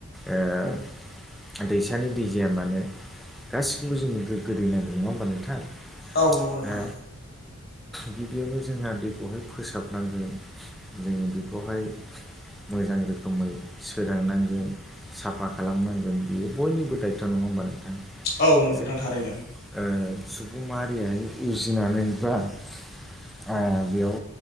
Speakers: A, in the centre; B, on the left.
A: ओ दैसानि दै जाया मानो गासिखौबो जोंनो गोगो दै नांगौ नङा होमबा नोंथां
B: औ नंगौ नोंथां
A: दा गिबियावनो जोंहा दैखौहाय फोसाबनांगोन जों बेखौहाय मोजां रोख रोखोमै सोदांनांगोन साफा खालामनांगोन बियो बयनिबो दायथ' नङा होमबा नोंथां
B: औ नंगौ
A: जों
B: नोंथां थारैनो
A: सुबुं माहारियारि उजिनानै बा आ बेयाव